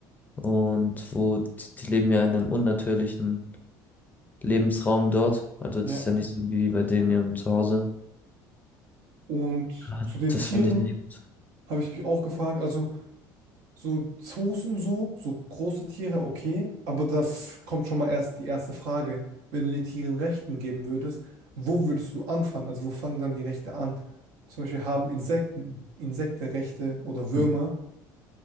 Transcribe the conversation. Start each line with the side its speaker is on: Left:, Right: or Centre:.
Left: und wo die, die leben ja in einem unnatürlichen Lebensraum dort. Also
Right: Ja.
Left: das ist ja nicht so wie bei denen in ihrem Zuhause.
Right: Und
Left: Ja,
Right: zu den
Left: Das
Right: Tieren
Left: finde ich nicht gut.
Right: habe ich mich auch gefragt, also so Zoos und so, so große Tiere, okay, aber da f- kommt schon mal erst die erste Frage. Wenn du den Tieren Rechten geben würdest, wo würdest du anfangen? Also wo fangen dann die Rechte an? Zum Beispiel haben Insekten, Insektenrechte oder Würmer?
Left: Hm.